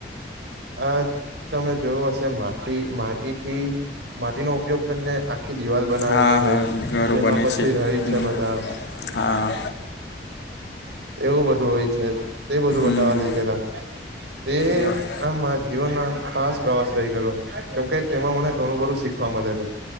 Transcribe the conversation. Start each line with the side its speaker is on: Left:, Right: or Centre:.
Right: અ તમે જોયું હશે માટી માટીથી માટીનો ઉપયોગ ઘરને આખી દિવાલ બનાવે
Left: હા
Right: છે.
Left: હા ઘરો
Right: તેમાં
Left: બને
Right: પછી
Left: છે
Right: રહી
Left: હમ
Right: છે. બધાં
Left: હા
Right: એવું બધું હોય છે. તે બધું બતાવા
Left: હમ,
Right: લઈ ગેયાતાં. તે
Left: બ-
Right: આમ મારા જીવનનો આમ ખાસ પ્રવાસ રહી ગેલો કેમકે તેમાં મને ઘણું બધું શીખ શિખવા મળેલું